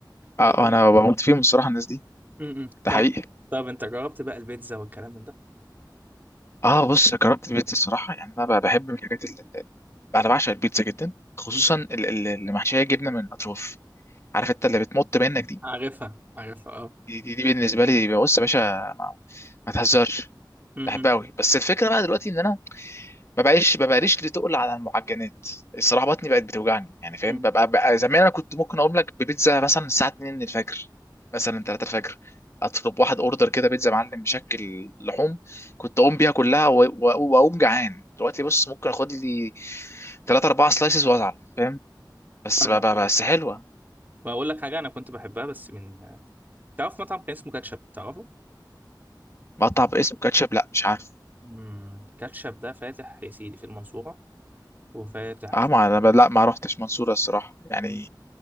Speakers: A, on the left (about 35°); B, on the right (about 25°).
A: اه
B: آه،
A: آه، انا بموت فيهم الصراحه الناس دي
B: م- م. طب
A: ده حقيقي
B: طب أنت جربت بقى البيتزا والكلام من ده؟
A: اه بص جربت البيتزا الصراحه يعني انا بقى بحب من الحاجات اللي انا بعشق البيتزا جدا خصوصا
B: م- م.
A: ال- ال- اللي محشيه جبنه من الاطراف عارف انت اللي بتمط منك دي
B: عارفها عارفها أه
A: دي, دي, دي بالنسبه لي بص يا باشا ما, ما تهزرش
B: م-
A: بحبها
B: م.
A: قوي بس الفكره بقى دلوقتي ان انا ما بقاش ما بقاليش ليه تقل على المعجنات الصراحه بطني بقت بتوجعني يعني فاهم
B: م.
A: ببقى بقى زمان انا كنت ممكن اقوم لك ببيتزا مثلا الساعه 2 الفجر مثلا 3 الفجر اطلب واحد اوردر كده بيتزا معلم مشكل لحوم كنت اقوم بيها كلها و- و- واقوم جعان دلوقتي بص ممكن اخد لي 3 4 سلايسز وازعل فاهم بس
B: فاهمك،
A: ب- ب-
B: فاهمك،
A: بس
B: فاهمك.
A: حلوه
B: بقول لك حاجة أنا كنت بحبها بس من تعرف مطعم كان اسمه كاتشب تعرفه؟
A: مقطع باسم كاتشب لا مش عارف
B: مم. كاتشب ده فاتح يا سيدي في المنصورة وفاتح
A: اه
B: في...
A: ما انا ب- لا ما رحتش منصوره الصراحه يعني
B: مم.